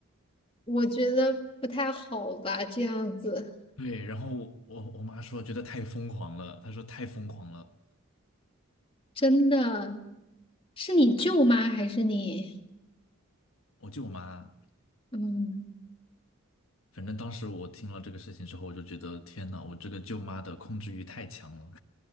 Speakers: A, on the left; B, on the left.
A: 我觉得不太好吧，这样子
B: 对，然后我我我妈说觉得太疯狂了，她说太疯狂了。
A: 真的是你舅妈还是你？
B: 我舅妈，
A: 嗯，
B: 反正当时我听了这个事情之后，我就觉得天呐，我这个舅妈的控制欲太强了。